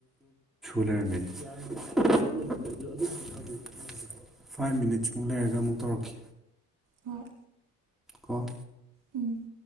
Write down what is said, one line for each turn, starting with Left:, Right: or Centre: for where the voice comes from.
Centre: <unintelligible>
Right: ꯎꯝ
Centre: ꯐꯥꯏꯚ ꯃꯤꯅꯤꯠꯁꯃꯨꯛ ꯂꯩꯔꯒ ꯑꯃꯨꯛ ꯇꯧꯔꯛꯀꯦ
Right: ꯍꯣꯏ
Centre: ꯀꯣ
Right: ꯎꯝ